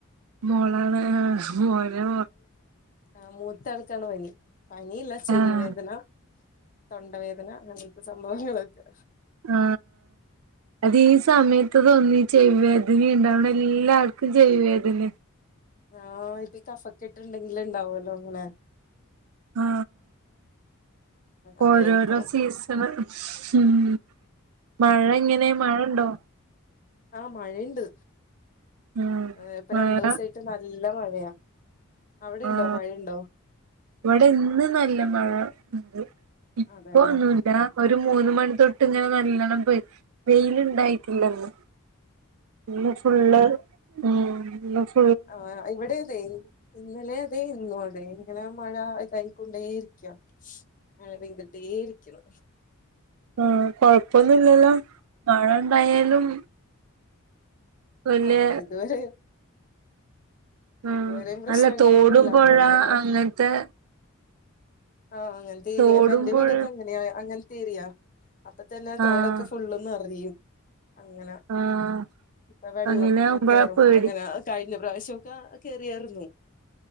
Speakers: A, on the right (about 75°); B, on the left (about 40°).
A: മോളാണ് മോനോ
B: ആ മൂത്ത ആൾക്കാണ് പനി പനില്ല ചെവി
A: ആഹ്
B: വേദന തൊണ്ടവേദന അങ്ങനത്തെ സംഭവങ്ങളൊക്കെ
A: ആ അത് ഈ സമയത്ത് തോന്നി ചെവി വേദന ഉണ്ടാവണം എല്ലാർക്കും ചെവി വേദന
B: ആഹ് ഇപ്പ കഫക്കെട്ടുണ്ടെങ്കില ഇണ്ടാവോലൊ അങ്ങനെ
A: ആ
B: അതായിരിക്കണം
A: ഓരോരോ സീസണ് മ് മഴ എങ്ങനെ മഴണ്ടോ
B: ആ മഴണ്ട്
A: ആഹ്
B: ഏഹ് ഇപ്പൊ
A: മഴ
B: രണ്ടു ദിവസമായിട്ട് നല്ല മഴയാ അവിടെ
A: ആഹ്
B: ഇണ്ടോ മഴയുണ്ടോ
A: ഇവിടെ ഇന്ന് നല്ല മഴ ഉണ്ട് ഇപ്പൊ
B: അതെല്ലേ
A: ഒന്നുവില്ല ഒരു മൂന്നുമണി തൊട്ട് ഇങ്ങനെ നല്ലോണ്ണം പെയ് വെയില് ഇണ്ടായിട്ടില്ലന്ന് ഇന്ന് ഫുള്ള് മം ഇന്ന് ഫുൾ
B: ആ ഇവിടെ അതെ ഇന്നലെ അതെ ഇന്നു അതെ അങ്ങനെ മഴ ഇതായിക്കൊണ്ടേയിരിക്കാ മഴ പെയതിട്ടേ ഇരിക്കണു
A: മം കൊഴപ്പൊന്നുവില്ലല്ലോ മഴ ഉണ്ടായാലും വല്യ
B: ആ ഇതുവരെ
A: മം
B: ഇതുവരെയും പ്രശ്നങ്ങളൊന്നുല്ല
A: അല്ല തോടും പൊഴ
B: അതുകൊണ്ടന്നെ
A: അങ്ങനത്തെ
B: ആഹ് അങ്ങനത്തെ
A: തോടും
B: ഏരിയ ഇപ്പൊ എൻ്റെ
A: പുഴ
B: വീടൊക്കെ അങ്ങനെയ അങ്ങനെത്തെരിയാ അപ്പം തന്നെ
A: ആഹ്
B: തോടൊക്കെ ഫുള്ളും നിറയും അങ്ങനെ
A: ആഹ്
B: ഇപ്പൊ വെള്ളം
A: അങ്ങനെ ആകുമ്പോഴാ
B: കേറും
A: പേടി
B: അങ്ങനെ കഴിഞ്ഞ പ്രാവശ്യവൊക്കെ കേറിയായിരുന്നു